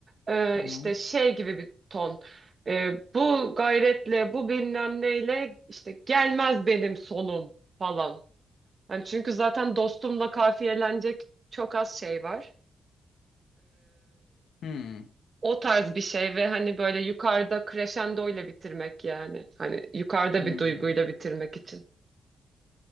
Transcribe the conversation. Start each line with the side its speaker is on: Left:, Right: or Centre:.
Right: E,
Left: Tamam.
Right: işte şey gibi bir ton. E, bu gayretle bu bilmem neyle işte gelmez benim sonum falan. Yani çünkü zaten dostumla kafiyelenecek çok az şey var.
Left: Hmm.
Right: O tarz bir şey ve hani böyle yukarıda crescendo ile bitirmek yani. Hani yukarıda
Left: Hmm.
Right: bir duyguyla bitirmek için.